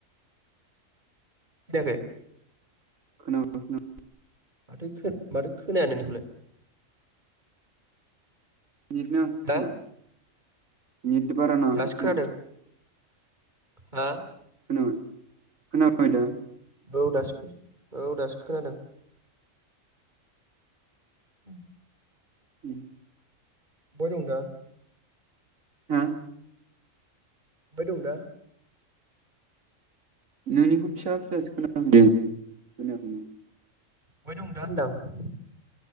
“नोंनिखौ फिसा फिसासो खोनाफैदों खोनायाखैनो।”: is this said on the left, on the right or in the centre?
Right